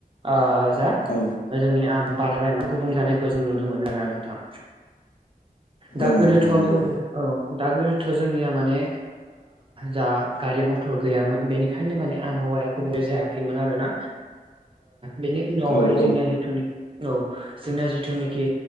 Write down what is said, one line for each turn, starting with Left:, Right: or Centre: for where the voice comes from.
Right: ओ जा
Left: औ
Right: जोंनि आब बारहावाया मा गुबुं जानायखौ जों नुनो मोनो आरोना नोंथां दा
Left: औ नोंथां
Right: गोदोथ'आव
Left: नंगौ
Right: जोंनि औ दा गोदोथ' जोंनिया माने जा गारि-मथर गैयामोन बेनिखायनो माने आबहावाया गुबै जायाखैमोन आरोना। बेनि उनावहाय
Left: औ
Right: जोंनिया
Left: औ
Right: जिथुनि औ जोंना जिथुनिखि